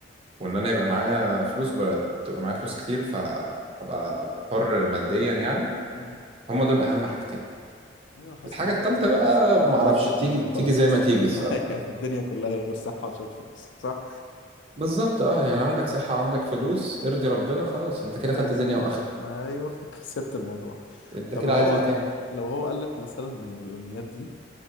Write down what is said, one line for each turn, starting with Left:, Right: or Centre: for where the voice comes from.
Right: وإن أنا يبقى معايا فلوس بقى تبقى معايا فلوس كتير فأبقى حر ماديا يعني
Left: امم
Right: هما دول اهم حاجتين
Left: ايوه حاسس
Right: الحاجه
Left: ان انت
Right: التالتة
Left: كده خلاص
Right: بقى
Left: تملكت
Right: معرفش
Left: الدنيا
Right: تيجي تيجي
Left: خلاص
Right: زي
Left: اصلا
Right: ما تيجي الصراحه
Left: <laughs> أيوة، الدنيا كلها هي غير صحة عشان فلوس صح
Right: بالظبط اه يعني عندك صحه عندك فلوس ارضي ربنا خلاص انت كده
Left: خلص
Right: خدت دنيا
Left: الموضوع
Right: واخره
Left: ايوه <laughs> كسبت الموضوع
Right: انت
Left: طب
Right: كده
Left: لو
Right: عايز
Left: هو
Right: ايه تاني
Left: لو هو قال لك مثلا ان الامنيات دي